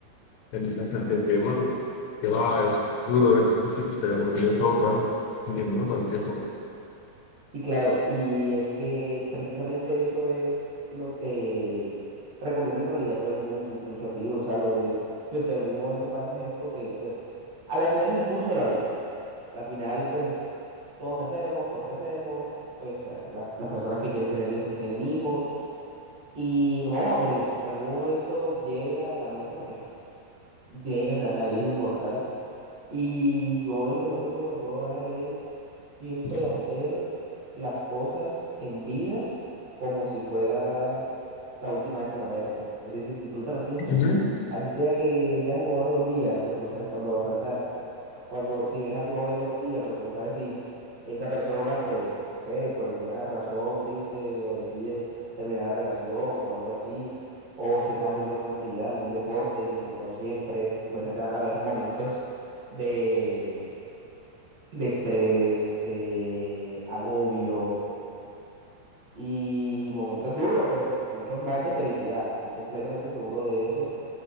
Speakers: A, on the left; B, on the right.
A: en esa gente que, bueno, que va, es duro, es difícil, pero bueno, yo creo que vas aprendiendo, ¿no? Con el tiempo.
B: Sí, claro, y es que precisamente eso es lo que recomiendo en realidad a todo el mundo, incluso a ti, Gonzalo, de pues, si algún momento pasas esto, que pues a la final es el curso de la vida. A la final, pues todos nacemos, todos crecemos, pues a- la- las personas que quieren tener hijos, pues tienen hijos, y nos vamos a morir. En algún momento llega la muerte, porque pues, llegan a nadie, es inmortal. Y yo el mejor consejo que puedo dar es siempre
A: Ujú,
B: hacer las cosas en vida como si fuera la última vez que las vayas a hacer. Es decir, disfrútala siempre.
A: ujú,
B: Así sea que veas a tu mamá todos los días, pues tú no sabes cuándo va a faltar. Cuando, si ves a tu novia todos los días, pues tú no sabes si esa persona, pues, no sé, por alguna razón dice o decide terminar la relación o algo así, o si estás haciendo alguna actividad, algún deporte, disfrútalo siempre. Obviamente van a haber momentos <laughs> de, de estrés, de agobio y momentos duros, pero muchos más de felicidad. Estoy completamente seguro de eso.